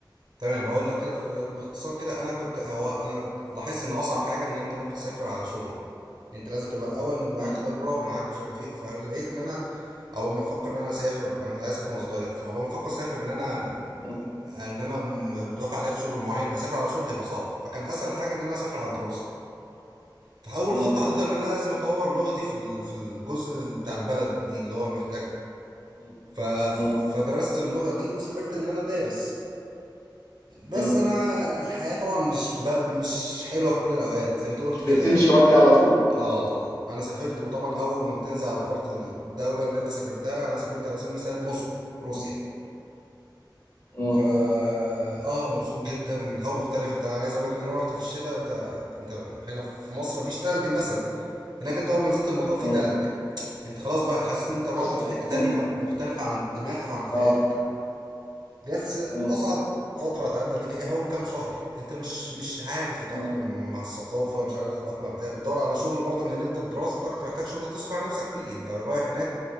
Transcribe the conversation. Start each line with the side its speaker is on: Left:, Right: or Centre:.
Right: تمام هقول لك كده في- باختصار كده انا كنت هو انا لاحظت ان اصعب حاجه ان انت ممكن تسافر على شغل انت لازم تبقى الاول ان انت معاك
Left: م-
Right: خبره ومعاك مش عارف ايه فلقيت ان انا اول ما افكر ان انا اسافر انا كنت عايز اسافر وانا صغير فاول ما افكر اسافر ان انا
Left: م-
Right: ان انا متوافق عليا في شغل معين اسافر على شغل هيبقى صعب فكان اسهل حاجه ان انا اسافر على دراسه فاول
Left: م-
Right: خطه حطيتها ان انا لازم اطور لغتي في ال- في الجزء بتاع البلد دي اللي هو محتاجها
Left: م-
Right: ف
Left: م-
Right: فدرست اللغه دي وسافرت ان انا دارس بس
Left: م-
Right: انا الحياة طبعا مش ب... مش حلوة في كل الاوقات زي ما انت قلت
Left: مش بتمشي
Right: كده
Left: وردي على طول
Right: اه طبعا انا سافرت وطبعا اول ما بتنزل على ارض الدولة اللي انت سافرتها انا سافرت على سبيل المثال موسكو روسيا
Left: م- مم.
Right: فا اه مبسوط جدا هو مختلف انت عايز اقول لك ان انا رحت في الشتاء انت انت هنا في مصر مفيش تلج مثلا هناك انت اول ما نزلت المطار في
Left: مم.
Right: تلج انت خلاص بقى حاسس ان انت رحت
Left: اصلا
Right: في حتة
Left: مم.
Right: تانية مختلفة عن دماغك وعن خيالك
Left: اه
Right: بس
Left: مم.
Right: اصعب فتره هتعدي عليك هي اول كام شهر انت مش مش عارف تتاقلم
Left: مم.
Right: مع الثقافه مش عارف تتاقلم بتاع بتدور على شغل برضه لان انت دراستك انت محتاج شغل تصرف على نفسك فيه انت رايح هناك